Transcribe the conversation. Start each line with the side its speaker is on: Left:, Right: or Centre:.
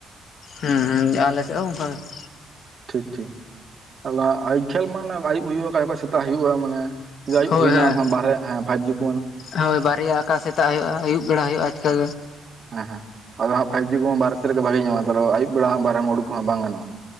Left: ᱦᱢᱸ ᱦᱢᱸ ᱟᱞᱮ ᱥᱮᱫ ᱦᱚᱸ ᱚᱱᱠᱟ ᱜᱮ᱾
Right: ᱴᱷᱤᱠ ᱴᱷᱤᱠ, ᱟᱫᱚ ᱦᱟᱸᱜ ᱟᱭ ᱠᱷᱮᱞ ᱢᱟ ᱟᱭᱩᱵ ᱦᱩᱭᱩᱜ ᱟ ᱚᱠᱟ ᱡᱚᱠᱷᱮᱡ ᱥᱮᱛᱟᱜ ᱦᱩᱭᱩᱜᱼᱟ ᱢᱟᱱᱮ᱾ ᱡᱟ ᱟᱭᱩᱵ
Left: ᱦᱳᱭ
Right: ᱦᱩᱭᱱᱟ
Left: ᱦᱮᱸ
Right: ᱢᱟ ᱵᱟᱦᱨᱮ ᱦᱮᱸ ᱯᱷᱟᱭᱩᱵ ᱡᱩ ᱾
Left: ᱦᱳᱭ ᱵᱟᱨᱭᱟ ᱟᱠᱟ ᱥᱮᱛᱟᱜ ᱦᱩᱭᱩᱜᱼᱟ ᱟᱭᱩᱵ ᱵᱮᱲᱟ ᱦᱩᱭᱩᱜᱼᱟ ᱟᱪᱠᱟᱜᱮ
Right: ᱦᱮᱸ ᱦᱮᱸ ᱟᱨᱦᱚ ᱦᱟᱜ ᱯᱷᱟᱭᱤᱵ ᱡᱤ ᱠᱚ ᱵᱟᱨᱦᱮ ᱥᱮᱫ ᱨᱮᱜᱮ ᱵᱷᱟᱜᱤ ᱧᱟᱢᱟᱭ ᱟᱭᱩᱵ ᱵᱮᱲᱟ ᱵᱟᱦᱨᱮ ᱩᱰᱩᱠ ᱠᱚᱦᱚᱸ ᱵᱟᱝ ᱜᱟᱱᱚᱜᱼᱟ ᱾